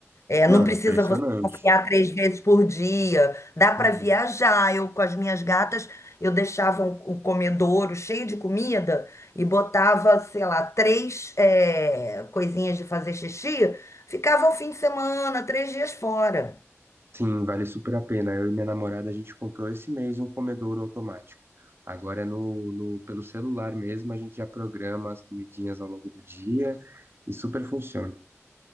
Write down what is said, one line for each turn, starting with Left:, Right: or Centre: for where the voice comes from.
Left: É,
Right: Não,
Left: não precisa
Right: é impressionante.
Left: você passear três vezes por dia. Dá
Right: Uhum.
Left: para viajar. Eu, com as minhas gatas, eu deixava um, um comedouro cheio de comida e botava, sei lá, três, é, coisinhas de fazer xixi. Ficava o fim de semana, três dias fora.
Right: Sim, vale super a pena. Eu e minha namorada, a gente comprou esse mês um comedouro automático. Agora é no, no- pelo celular mesmo, a gente já programa as comidinhas ao longo do dia e super funciona.